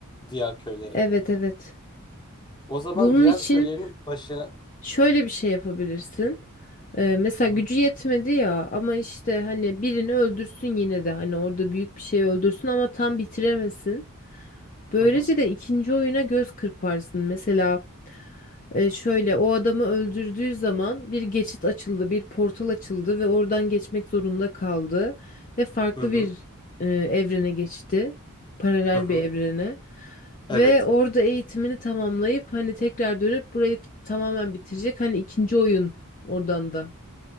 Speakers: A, on the left; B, on the left.
A: Diğer köylere.
B: Evet evet.
A: O zaman
B: Bunun
A: diğer
B: için
A: köylerin başına...
B: şöyle bir şey yapabilirsin. Ee, mesela
A: Hı hı,
B: gücü yetmedi ya ama işte hani birini öldürsün yine de hani orada büyük bir şey öldürsün ama tam bitiremesin. Böylece
A: hı hı,
B: de ikinci oyuna göz kırparsın. Mesela E, şöyle o adamı öldürdüğü zaman bir geçit açıldı, bir portal açıldı ve oradan geçmek zorunda kaldı ve farklı
A: hı hı.
B: bir e, evrene geçti. Paralel
A: hı hı.
B: bir evrene.
A: Evet.
B: Ve orada eğitimini tamamlayıp hani tekrar dönüp burayı tamamen bitirecek. Hani ikinci oyun oradan da.